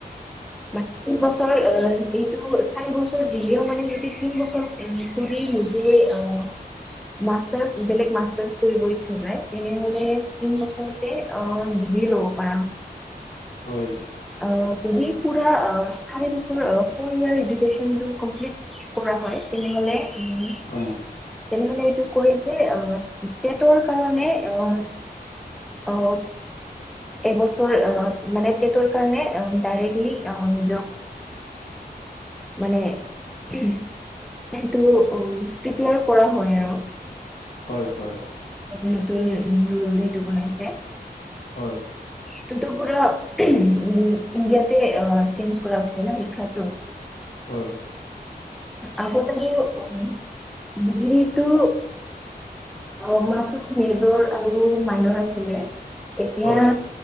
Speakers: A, in the centre; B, on the left.
A: বাকী বছৰ এইটো। চাৰি বছৰ দিলেওঁ মানে সিহঁতে তিন বছৰ কৰি নিজে অহ' মা মাষ্টাৰ্ছ‌ বেলেগ মাষ্টাৰ্ছ কৰিব ইচ্ছা যায়, তেনেহলে তিন বছৰতে অহ' ডিগ্ৰী ল'ব পাৰে।
B: হয়।
A: অহ' যদি পুৰা অহ, চাৰি বছৰৰ ফৰ্ত সেয়াৰ ইডুকেচনটো কমপ্লিট কৰা হয়। তেনেহলে উম
B: হয় হয়
A: তেনেহলে এইটো কয় যে অহ' টেটৰ কাৰণে অহ' অহ'। এবছৰ অহ' মানে টেটৰ কাৰণে অহ, ডাইৰেক্টলি অহ, নিজক
B: <unintelligible>
A: মানে সেইটো অহ' প্ৰিপেয়াৰ কৰা হয় আৰু।
B: হয় হয়।
A: নতুন <unintelligible> টো বনাইছে।
B: হয়।
A: ততো পুৰা <unintelligible> ইণ্ডিয়াতে চেঞ্জ কৰা হৈছে ন শিক্ষাটো।
B: হয়।
A: আগতেটো ডিগ্ৰীটো অ' মাত্ৰ মেজৰ আৰু মাইনৰ আছিলে। এতিয়া
B: হয় হয়